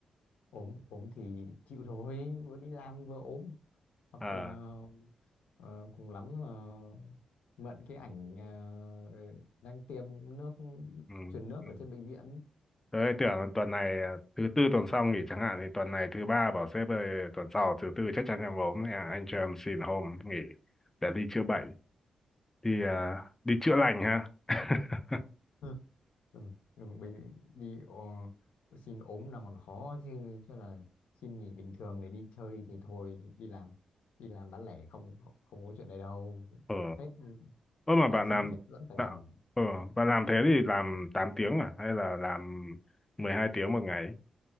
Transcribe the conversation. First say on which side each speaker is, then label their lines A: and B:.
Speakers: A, on the left; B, on the left.
A: ốm ốm thì chịu thôi vừa đi làm vừa ốm hoặc
B: À,
A: là Ờ, cùng lắm là mượn cái ảnh ờ, đang tiêm nước
B: ừ,
A: truyền nước
B: ừ.
A: ở trên bệnh viện
B: Đấy, tưởng tuần này à, thứ tư tuần sau nghỉ chẳng hạn thì tuần này thứ ba bảo sếp ơi tuần sau thứ tư chắc chắn em ốm nên là anh cho em xin hôm nghỉ để đi chữa bệnh đi à, đi chữa lành ha <laughs>
A: Ừ. ừ, ừ, bệnh, đi ờ, xin ốm là còn khó chứ chứ là xin nghỉ bình thường để đi chơi thì thôi đi làm đi làm bán lẻ không không, không có chuyện này đâu
B: ờ
A: Tết ừ,
B: ơ mà
A: hai
B: bạn
A: chín
B: làm
A: Tết vẫn phải
B: bạn,
A: làm
B: ờ bạn làm thế thì làm 8 tiếng à hay là làm 12 tiếng một ngày